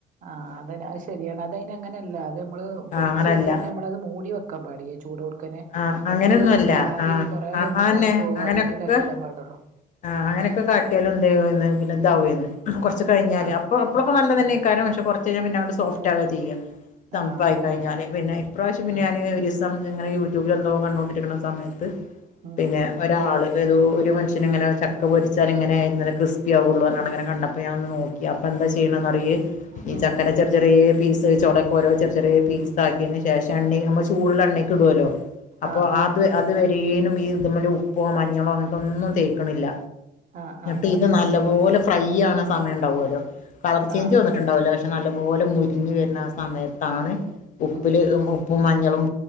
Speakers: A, on the right; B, on the left.
A: ആഹ്, അതെന്നെ. അത് ശരിയാണ് അതൈനങ്ങനല്ലാ, അത് നമ്മള്
B: ആ
A: പൊരിച്ചേക്കെന്നെ
B: അങ്ങനല്ല
A: നമ്മളത് മൂടി വെ ക്കാൻ പാടിയ ച്ചൂടോട്ക്കനേ,
B: ആ അങ്ങനെയൊന്നുമല്ല
A: അത് ച്ചൂടൊക്കെ ആറി
B: ആ
A: കൊറേ
B: ആ
A: കഴിഞ്ഞിട്ടാണ്
B: അന്നെ
A: കുവാ
B: അങ്ങനെയൊക്കെ
A: അൾക്കിലാക്കി ഈടാപാടൊള്ളു.
B: ആഹ്, അങ്ങനെക്കെ കാട്ട്യാലും <unintelligible> പിന്നെ, പിന്നെ താവേ ന്. ഹ. കുറച്ച് കഴിഞ്ഞാല്
A: ആഹ്
B: അപ്പൊ അപ്പളൊക്കെ നല്ലതന്നേക്കാരം.
A: ആഹ്
B: പക്ഷെ കുറച്ച് കഴിഞാ, പിന്നെ അങ്ങ്ട് സോഫ്റ്റാകാ ചെയ്യാ. തണ്പ്പായി
A: ആഹ് അത്
B: കഴിഞ്ഞാല്,
A: ശരി
B: പിന്നെ ഇപ്രാശ്യം പിന്നെ
A: ആഹ്
B: ഞാന് <unintelligible> ഇങ്ങനെ യൂട്യൂബിൽ എന്തോ കണ്ടോണ്ടിരിക്കണ സമയത്ത്
A: ഉം
B: പിന്നെ ഒരാള് ഏതോ ഒരു മനുഷ്യനിങ്ങനെ ചക്ക പൊരിച്ചാൽ ഇങ്ങനെ ക്രിസ്പി ആവുള്ളൂ എന്നാണ് ഇങ്ങനെ കണ്ടപ്പോ ഞാൻ ഒന്ന് നോക്കി അപ്പൊ എന്താ ചെയ്യണ ന്നറിയെ ഈ
A: ഉം
B: ചക്കനെ ചെ ചെറിയ പീസ് ചൊളക്കോരോ ചെറി ചെറിയ പീസ് ആക്കിയന് ശേഷം എണ്ണി നമ്മള് ചൂടുള്ള എണ്ണക്ക് ഇടുവല്ലോ. അപ്പൊ
A: ആഹ്
B: അത് അത് വരേലും ഈ ഇതുമ്മല ഉപ്പോ മഞ്ഞളോ അങ്ങനത്തൊന്നും തേക്കണില്ല
A: ആഹ് ആഹ്
B: ട്ട് ഇത് നല്ല പോലെ ഫ്രൈ ആവ്ണ സമയം ഉണ്ടാവല്ലോ കളർ ചേഞ്ച്
A: ആഹ്
B: വന്ന്ട്ട് ണ്ടാവൂല പക്ഷെ നല്ല പോലെ മുരിഞ്ഞു വരുന്ന ആ സമയത്താണ് ഉപ്പില്
A: ഉം
B: ഉ പ്പും മഞ്ഞളും